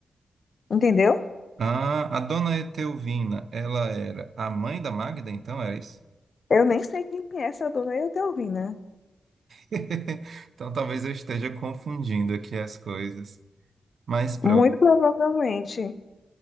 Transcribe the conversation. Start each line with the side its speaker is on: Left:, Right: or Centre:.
Left: Entendeu?
Right: Ah, a dona Etelvina, ela era a mãe da Magda, então, era isso?
Left: Eu nem sei quem é essa dona Eudalvina.
Right: <laughs> Então talvez eu esteja confundindo aqui as coisas. Mas pronto.
Left: Muito provavelmente.